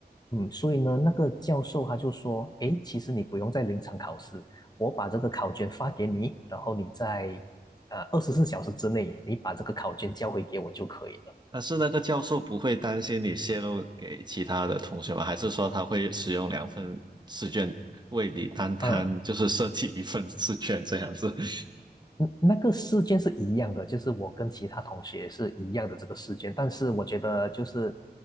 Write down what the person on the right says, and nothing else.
但是那个教授不会担心你泄露给其他的同学吗？还是说他会使用两份试卷为你单摊，
就是设计一份试卷这样子？<laughs>